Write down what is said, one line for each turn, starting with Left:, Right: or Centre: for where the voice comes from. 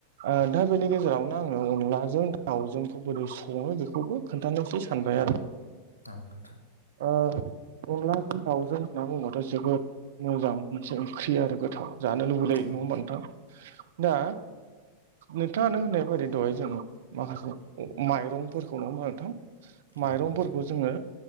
Right: ओ दा बेनि गेजेरावनो आङो अनलाजों दावजोंखौ बोरै सङो बेखौबो खोन्थानोसै सानबाय आरो
Left: औ नोंथां
Right: ओ अनलाजों दाउजों होनना बुङोबाथाय जोबोद मोजां मोनसे ओंख्रि आरो गोथाव जानो लुबैलायो
Left: औ
Right: नङबा नोंथां दा। नोंथाङानो होननाय बोरै दहाय जों माखासे ओ माइरंफोरखौ नङा होमा नोंथां। माइरंफोरखौ
Left: औ नोंथां
Right: जोङो